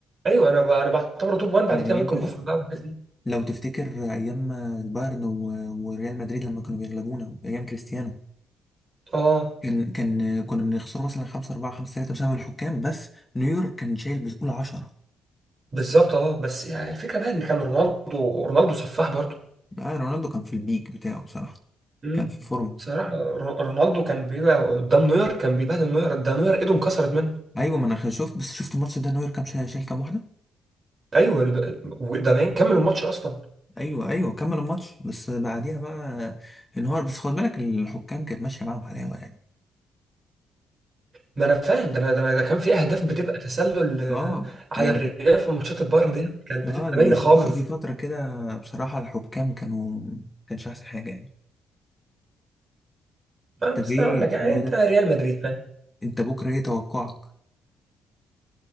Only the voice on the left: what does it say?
يعني
انت ف-
لو تفتكر ايام البايرن و- وريال مدريد لما كانوا بيغلبونا ايام كريستيانو
كان كان كنا بنخسروا مثلا 5 4 5 3 بسبب الحكام بس نيويورك كان شايل بسهوله 10
آه رونالدو كان في البيك بتاعه بصراحه
كان في فورمه
ايوه ما انا خ- شفت بس شفت الماتش ده نيويورك كان شايل شايل كام واحده
ايوه ايوه كمل الماتش بس بعديها بقى انهار بس خد بالك الحكام كانت ماشيه معاهم حلاوه يعني
اه
يعني
اه
يعني
في
ف- في فترة كده بصراحة الحكام كانوا كانش أحسن حاجة يعني
طب
ايه
اسمه
إيه ده؟
انت بكرة ايه توقعك؟